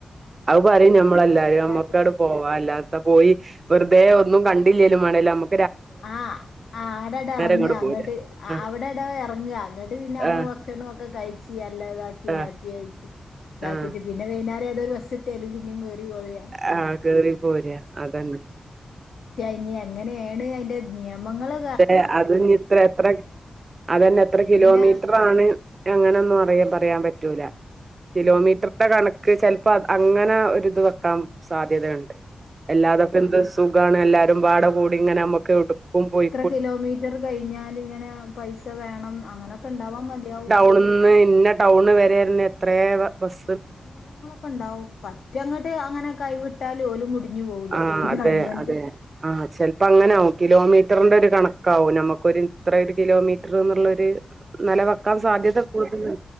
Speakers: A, on the right (about 40°); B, on the left (about 85°).
A: അയ് പറിം ഞമ്മളെല്ലാരും ഞമ്മക്കടു.
B: യാത്ര
A: പോവാ അല്ലാത്ത പോയി വെറുതെ ഒന്നും കണ്ടില്ലേലും വേണ്ടില അമ
B: ആഹ് ആടടെർങ്ങ
A: ഇങ്ങട് പോരാ
B: ങ്ങട്ട് അ
A: ആഹ്
B: അവ്ടെടോ എർങ്ങ ന്നട്ട് പിന്നെ നമ്മ
A: ആഹ്
B: ഭക്ഷ ട്ടണൊക്കെ കയ്ച്ച് അല്ലതാക്കി
A: ആഹ്
B: ഹാപ്പി ആയിട്ട് താക്കിട്ട്
A: ആഹ്
B: പിന്നെ വൈന്നാരേതോഒരു ബസ്സിട്ട്യാല് പിന്നിം കേറി പോര അല്ലാത്
A: ആഹ് കേറി പോരാ അതന്നെ
B: ട്ടൈഞ് അങ്ങനേണ് അയ്ന്റെ നിയമങ്ങള്
A: ഏ അത്ഞ് ഇത്ര എത്ര അതന്നെത്ര
B: ആ ജില്ല
A: കിലോമീറ്റ്ർ. പ്പാണ് അങ്ങനൊന്നും അറിയാ പറയാപറ്റൂല
B: ആ അതൊക്കെ
A: കിലോമീറ്റർടെ
B: അങ്ങനൊക്കെ നിയമ
A: കണ ക്ക് ചെൽപ്പ അങ്ങന ഒരിത് വെക്കാം സാധ്യതയുണ്ട് അല്ലാതൊക്കെന്ത് സുഖാണ് എല്ലാരുംപാട കൂടിങ്ങനെ അമ്മക്ക് ഒടുക്കും പോയ്.
B: കിലോമീറ്ററ് കയിഞ്ഞാൽ ങ്ങനെ പൈസ വേണം അങ്ങനൊക്കെണ്ടാവാൻ മത്യാവും.
A: ഒള്ന്ന് ഇന്നെ ടൗണ് വരെര്ന്. ത്രേ വ ബസ്.
B: അങ്ങനെ നിയമങ്ങളൊക്കണ്ടാവും പറ്റങ്ങട്ട് അങ്ങനെ കൈ വിട്ടാലു ഓലും മുടി ഞ്ഞ് പോവൂലേ
A: ആഹ്
B: ഗവൺമെന്റും.
A: അതെ അതെ ആഹ് ചെൽപ്പങ്ങനാവും കിലോമീറ്റർന്റെരു കണക്കാവും നമുക്കൊരു ഇത്രട് കിലോമീറ്റ റ്ന്നുള്ളൊര് നെല വെക്കാൻ സാധ്യത കൂടുതലു